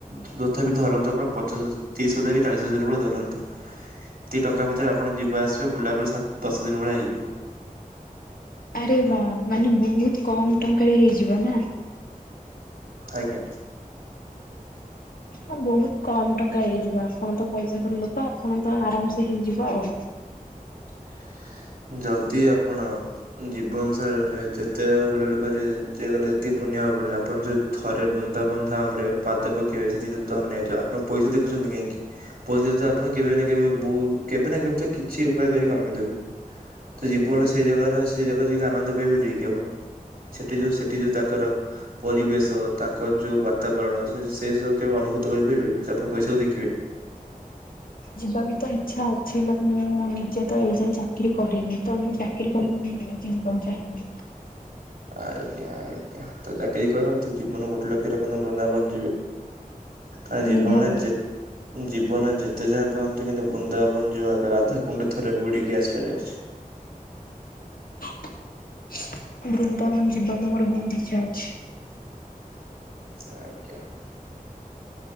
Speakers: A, on the right; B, on the left.
A: ତଥାପି ଧରନ୍ତୁ ଆପଣ ପଚାଶ ତିରିଶି ହଜାର କି ଚାଳିଶି ହଜାର ଭଲିଆ ଧରନ୍ତୁ। ଏତିକି ଟଙ୍କା ଭିତରେ ଆପଣ ଯିବା ଆସିବେ ବୁଲାବୁଲି ଦଶ ଦିନ୍ ଭଳିଆ ହେଇଯିବ।
B: ଆରେ ବା ମାନେ ବହୁତ୍ କମ ଟଙ୍କାରେ ହେଇଯିବ ନା?
A: ଆଜ୍ଞା।
B: ହଁ ବହୁତ୍ କମ ଟଙ୍କା ହେଇଯିବ ଆପଣ ତ ପଇସା ଘର ଲୋକ ଆପଣ ତ ଆରାମସେ ହେଇଯିବ ଆଉ।
A: <inaudible> ଯଦି ଆପଣ ଜୀବନ ସାରରେ ଯେତେ ବୁଲାବୁଲି କରି <unintelligible> ପୁଣ୍ୟ ହବନି ଆପଣ ଯଦି ଥରେ ବୃନ୍ଦାବନ ଧାମ୍ ରେ ପାଦ ପକେଇବେ <unintelligible> ଧନ୍ୟ ହେଇଯିବ ଆପଣ ପଇସା ଦେଖୁଛନ୍ତି। କାହିଁକି ପଇସା ପତ୍ର ଆପଣ କେବେ ନା କେବେ ନା କେବେ ତ କିଛି ଉପାୟ କରି କମେଇଦେବେ। ତ ଜୀବନରେ ସେଇ ଜାଗାର ସେଇ ଜାଗା ଯାଇକି ଆନନ୍ଦ ପାଇ ପାରିବେ କି ଆପଣ? ସେଠି ଯୋଉ ସେଠି ଯୋଉ ତାଙ୍କର ପରିବେଶ ତାଙ୍କର ଯୋଉ ବାତାବରଣ ସେ ସବୁ କେବେ ଅନୁ <unintelligible> କରିପାରିବେ ସିଏ ଆପଣଙ୍କ ପଇସାକୁ ଦେଖିବେ।
B: ଯିବା ବି ତ ଇଚ୍ଛା ଅଛି <unintelligible> ମୁଁ ନିଜେ ତ ଏ ଯାଏ ଚାକିରୀ କରିନି ତ ମୁଁ ଚାକିରୀ <unintelligible> ଯିବାକୁ ଚାହେଁନି।
A: ଆଜ୍ଞା ଆଜ୍ଞା ତ ଚାକିରୀ କରନ୍ତୁ ଜୀବନ ଗୋଟେ ଲକ୍ଷ୍ୟ ରଖନ୍ତୁ ବୃନ୍ଦାବନ ଯିବି। ତା ଜୀବନ
B: ନିହାତି।
A: ଯେ ଜୀବନ ଯେତେ ଯାହା କହନ୍ତି କିନ୍ତୁ ବୃନ୍ଦାବନ ଯିବ ରା-ରାଧାକୁଣ୍ଡ ଥରେ ବୁଡିକି ଆସିବାର ଅଛି
B: <inaudible> ବୃନ୍ଦାବନ ଯିବାକୁ ମୋର ବହୁତ ଇଚ୍ଛା ଅଛି।
A: ଆଜ୍ଞା।